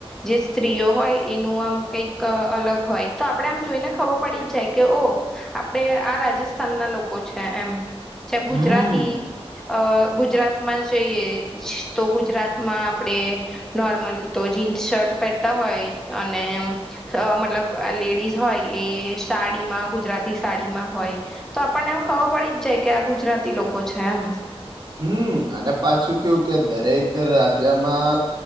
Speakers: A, in the centre; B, on the right (about 45°).
A: જે સ્ત્રીઓ હોય એનું આમ કઈક અલગ હોય તો આપણે આમ જોઈને ખબર પડી જ જાય કે ઓ આપણેે આ રાજસ્થાનના છે એ જેમ
B: હમ
A: ગુજરાતી ગુજરાત જોઈએ તો ગુજરાતમાં આપડે નોર્મલી તો જીન્સ શર્ટ પહેરતા હો હોય અને અ મતલબ લેડીઝ હોય એ સાડીમાં ગુજરાતી સાડીમાં હોય તો આપણ ને એવું ખબર પડી જ જાય કે આ ગુજરાતી લોકો છે એમ
B: હમ અને પાછું કેવું કે દરેક રાજ્યમાં